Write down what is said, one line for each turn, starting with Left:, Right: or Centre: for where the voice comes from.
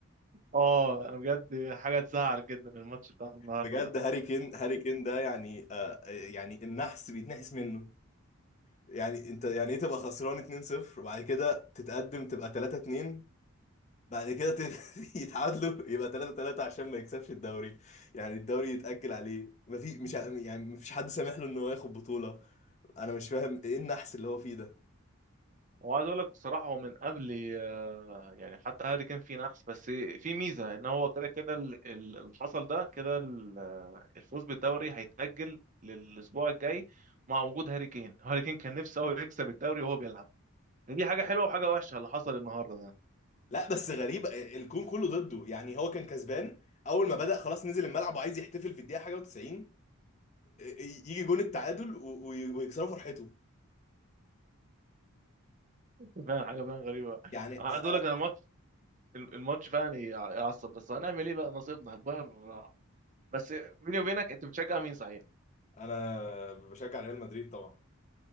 Right: اه انا بجد حاجه تزعل جدا الماتش بتاع النهارده
Left: بجد
Right: ده
Left: هاري كين هاري كين ده يعني آه يعني النحس بيتنحس منه يعني انت يعني ايه تبقى خسران 2-0 وبعد كده تتقدم تبقى 3-2 بعد كده تغ- <laughs> يتعادلوا يبقى 3 3 عشان ما يكسبش الدوري يعني الدوري يتأجل عليه ما في مش ع- يعني ما فيش حد سامح له ان هو ياخد بطولة انا مش فاهم ايه النحس اللي هو فيه ده
Right: وعايز اقول لك بصراحه هو من قبل آه، يعني حتى هاري كان فيه نحس بس في ميزه ان هو كده كده ال- ال- اللي حصل ده كده ال- آه، الفوز بالدوري هيتاجل للاسبوع الجاي مع وجود هاري كين هاري كين كان نفسه هو يكسب الدوري وهو بيلعب دي حاجه حلوه وحاجه وحشه اللي حصل النهارده ده
Left: لا بس غريب الكون كله ضده يعني هو كان كسبان اول ما بدأ خلاص نزل الملعب وعايز يحتفل في الدقيقة حاجة و90 يجي جون التعادل و- و- ويكسروا فرحته
Right: <laughs> فعلا حاجه فعلا غريبه
Left: يعني
Right: عايز
Left: أ-
Right: اقول
Left: انا
Right: لك انا الماتش الماتش فعلا يعصب بس هنعمل ايه بقى نصيبنا البايرن بس بيني وبينك انت بتشجع مين صحيح
Left: انا بشجع ريال مدريد طبعا